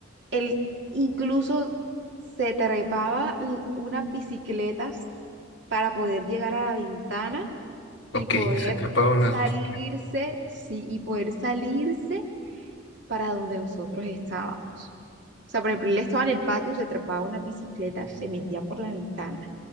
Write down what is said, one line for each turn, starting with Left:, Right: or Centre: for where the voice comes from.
Right: él incluso se trepaba l- unas bicicletas para poder llegar a la ventana
Left: Ok,
Right: y poder
Left: se atrapaba unas
Right: salirse,
Left: bicicletas.
Right: sí, y poder salirse para donde nosotros estábamos. O sea, por ejemplo, él estaba en el patio, se atrapaba una bicicleta, se metía por la ventana